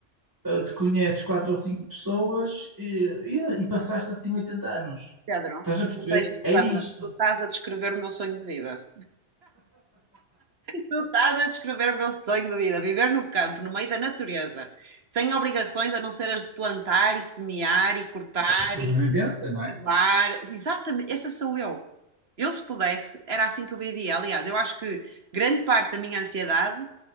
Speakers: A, on the right (about 15°); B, on the right (about 55°).
A: eh, te conheces quatro ou cinco pessoas e, e, e passaste assim 80 anos.
B: Pedro,
A: Estás a perceber?
B: não tens noção,
A: É isto.
B: mas tu estás a descrever o meu sonho de vida. Tu estás a descrever o meu sonho de vida, viver no campo, no meio da natureza, sem obrigações a não ser as de plantar e semear e cortar
A: Sobrevivência,
B: e cultivar.
A: não é?
B: Exatamente, essa sou eu. Eu, se pudesse, era assim que eu vivia. Aliás, eu acho que grande parte da minha ansiedade